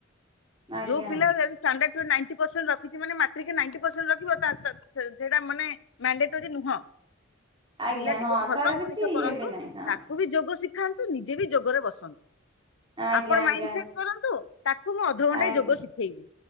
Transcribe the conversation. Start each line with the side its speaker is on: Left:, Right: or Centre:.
Left: <inaudible>
Right: ଆଜ୍ଞା
Left: ଯୋଉ ପିଲା ଷ୍ଟାଣ୍ଡାଡ ନାଇଣ୍ଟି ପ୍ରଷେଣ୍ଟ ରଖିଛି, ମାନେ ମାତ୍ର ନାଇଣ୍ଟି ରଖିବଟା ମାନେ ମାଣ୍ଡେଟୋରି ନୁହଁ।
Right: ଆଜ୍ଞା
Left: ପିଲାଟିକୁ
Right: ହଁ
Left: ଭଲ
Right: ତାର କିଛି
Left: ମଣିଷ
Right: ଇଏ
Left: କରନ୍ତୁ,
Right: ବି ନାହିଁ ହଁ
Left: ତାକୁ ବି ଯୋଗ ଶିକ୍ଷା ଖାନ୍ତୁ ନିଜେ ବି ଯୋଗରେ ବସନ୍ତୁ।
Right: ଆଜ୍ଞା
Left: ଆପଣ
Right: ଆଜ୍ଞା
Left: ମାଇଣ୍ଡ ସେଟ କରନ୍ତୁ ତାକୁ ମୁଁ ଅଧଘଣ୍ଟା
Right: ଆଜ୍ଞା
Left: ଯୋଗ ଶିଖେଇବି।